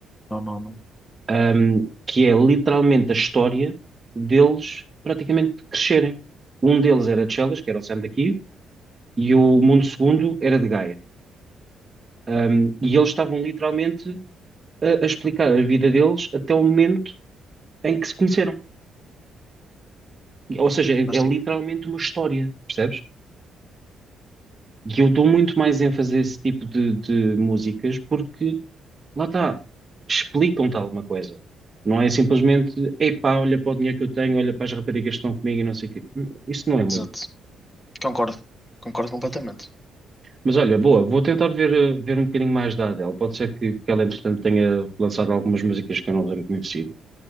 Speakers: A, on the left; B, on the right.
A: Não, não, não.
B: um, que é literalmente a história deles praticamente crescerem. Um deles era de Chelas, que era o Sam daqui, e o mundo segundo era de Gaia. Um, e eles estavam literalmente a, a explicar a vida deles até o momento em que se conheceram. Ou seja,
A: Mas
B: é, é
A: tem
B: literalmente
A: que-
B: uma história, percebes? E eu dou muito mais ênfase a esse tipo de, de músicas porque, lá está, explicam-te alguma coisa. Não é simplesmente, epá, olha para o dinheiro que eu tenho, olha para as raparigas que estão comigo e não sei o quê. Hum, Isso não é
A: Exato. Concordo. Concordo completamente.
B: Mas olha, boa, vou tentar ver, eh, ver um bocadinho mais da Adele. Pode ser que, que ela, entretanto, tenha lançado algumas músicas que eu não tenho conhecido.